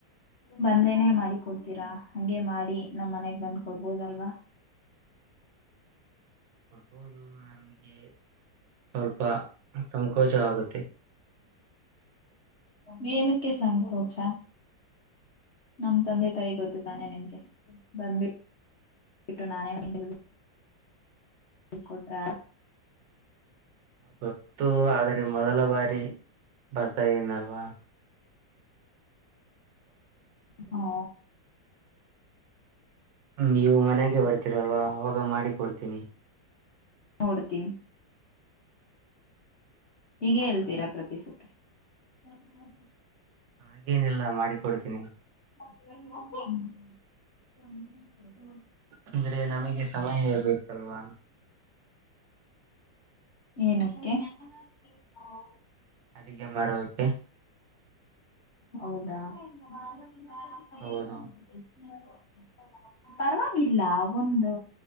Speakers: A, on the left; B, on the right.
A: ಬಂದ್ರೇನೆ ಮಾಡಿ ಕೊಡ್ತೀರಾ ಹಂಗೆ ಮಾಡಿ ನಮ್ ಮನೆಗ್ ಬಂದ್ ಕೊಡ್ಬೋದಲ್ವಾ
B: ಕೊಡ್ಬೋದು ನನ್ಗೆ ಸ್ವಲ್ಪ ಸಂಕೋಚವಾಗುತ್ತೆ
A: ಮ್ ಎನುಕ್ಕೆ ಸಂಕೋಚಾ ನಮ್ ತಂದೆ ತಾಯಿ ಗೊತ್ತು ತಾನೆ ನಿಮ್ಗೆ ಬಂದ್ಬಿಟ್ ಟು ನಾನೇ ಇಲ್ ಕೊಟ್ರಾ
B: ಗೊತ್ತು ಆದೆ ಮೊದಲ ಬಾರಿ ಬರ್ತಾ ಇದನಲ್ವಾ
A: ಹಾ
B: ನೀವು ಮನೆಗೆ ಬರ್ತೀರಲ್ವಾ ಅವಾಗ ಮಾಡಿ ಕೊಡ್ತೀನಿ
A: ನೋಡ್ತೀನಿ ಹೀಗ ಹೇಳ್ತೀರಾ
B: ಹಾ
A: ಪ್ರತಿಸುತ್ತ ಹ್ಮ ಹಾ
B: ಹಾಗೇನಿಲ್ಲ ಮಾಡಿ ಕೊಡ್ತೀನಿ
A: <unintelligible>
B: ಅಂದ್ರೆ ನಮಗೆ ಸಮಯೇ ಬೇಕಲ್ವಾ
A: ಏನಕ್ಕೆ ಹ
B: ಅಡಿಗೆ ಮಾಡೋದಕ್ಕೆ
A: ಹೌದಾ <unintelligible>
B: ಹೌದು
A: ಪರವಾಗಿಲ್ಲ ಒಂದು